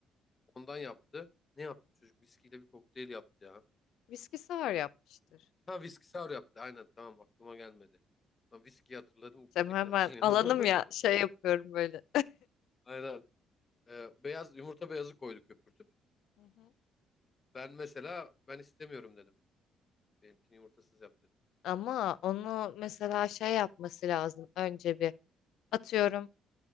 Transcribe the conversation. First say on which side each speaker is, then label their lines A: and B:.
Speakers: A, on the left; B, on the left.
A: Ondan yaptı. Ne yaptı çocuk? Viskiyle bir kokteyl yaptı ya.
B: Viskisi var yapmıştır.
A: Ha viski sour yaptı. Aynen tamam aklıma gelmedi. Lan viskiyi hatırladım.
B: Sen
A: Ötekini
B: hemen
A: hatırlayamadım.
B: alanım ya şey yapıyorum böyle.
A: <laughs> Aynen. Ee, beyaz yumurta beyazı koydu köpürtüp.
B: Hı hı.
A: Ben mesela ben istemiyorum dedim. Benimkini yumurtasız yap dedim.
B: Ama onu mesela şey yapması lazım. Önce bir atıyorum.